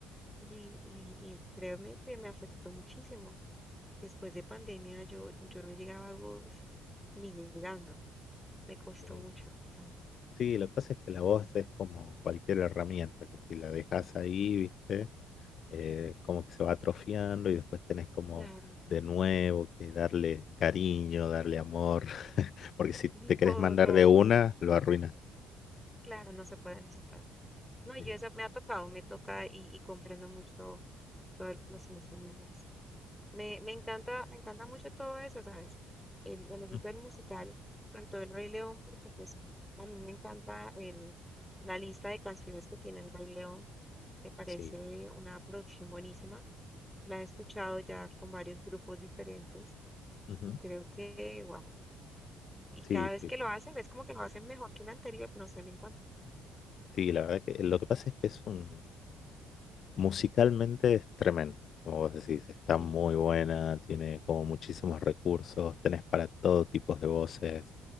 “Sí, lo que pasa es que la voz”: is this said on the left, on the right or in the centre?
Left